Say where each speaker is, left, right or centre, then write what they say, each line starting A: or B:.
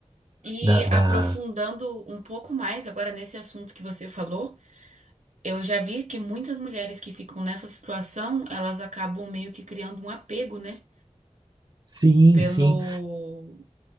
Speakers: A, on the right; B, on the right.
A: e
B: da, da...
A: aprofundando um pouco mais agora nesse assunto que você falou, Eu já vi que muitas mulheres que ficam nessa situação, elas acabam meio que criando um apego, né?
B: sim
A: Pelo,
B: sim